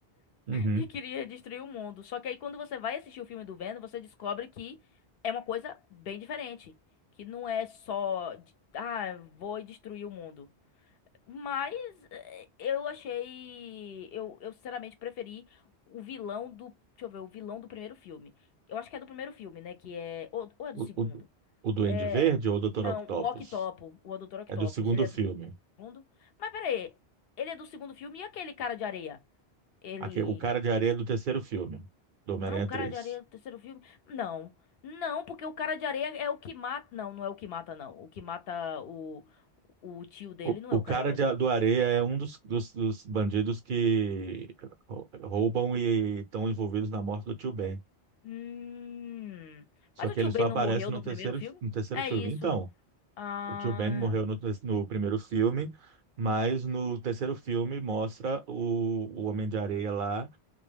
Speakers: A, on the right (about 60°); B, on the left (about 70°).
A: Uhum.
B: E queria destruir o mundo. Só que aí quando você vai assistir o filme do Venom, você descobre que é uma coisa bem diferente. Que não é só, de- ah, vou destruir o mundo. Mas eh, eu achei. Eu, eu sinceramente preferi o vilão do. Deixa eu ver, o vilão do primeiro filme. Eu acho que é do primeiro filme, né? Que é. Ou, ou é
A: O,
B: do segundo?
A: o, o Duende
B: É.
A: Verde ou o Dr.
B: Não,
A: Octopus?
B: o Octopo, o Dr. Octopus.
A: É do segundo
B: Ele é
A: filme.
B: do segundo. Mas peraí, ele é do segundo filme e aquele cara de areia? Ele.
A: Aque- o Cara de Areia é do terceiro filme, do Homem-Aranha
B: Ah, o Cara
A: 3.
B: de Areia do terceiro filme? Não. Não, porque o Cara de Areia é o que mata. Não, não é o que mata, não. O que mata o, o tio dele
A: O,
B: não é
A: o
B: o
A: cara
B: Cara de
A: de-
B: Areia.
A: do Areia é um dos, dos, dos bandidos que rou- roubam e estão envolvidos na morte do Tio Ben.
B: Hum.
A: Só
B: Mas
A: que
B: o tio
A: ele só
B: Ben
A: aparece
B: não morreu
A: no
B: no
A: terceiro,
B: primeiro filme?
A: no terceiro
B: É
A: filme.
B: isso.
A: Então,
B: Ah.
A: o Tio Ben morreu no, te- no primeiro filme, mas no terceiro filme mostra o, o Homem de Areia lá,